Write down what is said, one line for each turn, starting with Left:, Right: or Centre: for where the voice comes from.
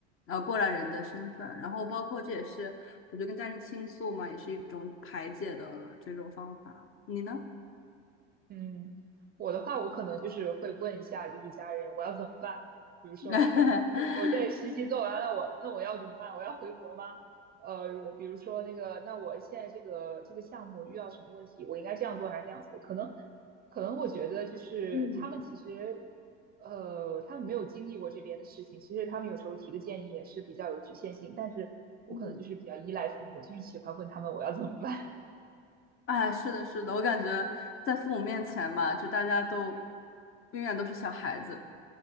Left: 呃过来人的身份，然后包括这也是我觉得跟家人倾诉嘛，也是一种排解的这种方法。你呢？
Right: 嗯，我的话，我可能就是会问一下，就是家人我要怎么办？比如说，
Left: <laughs>
Right: <laughs> 我我现在实习做完了，我那我要怎么办？我要回国吗？呃，比如说那个，那我现在这个这个项目遇到什么问题，我应该这样做还是那样做？可能可能我觉得就是他们其实，
Left: 嗯
Right: 呃，他们没有经历过这边的事情，其实他们有时候提的建议也是比较有局限性，但是我可能就是比较依赖父母，
Left: 嗯
Right: 就是喜欢问他们我要怎么办。
Left: 哎，是的，是的，我感觉在父母面前嘛，就大家都永远都是小孩子。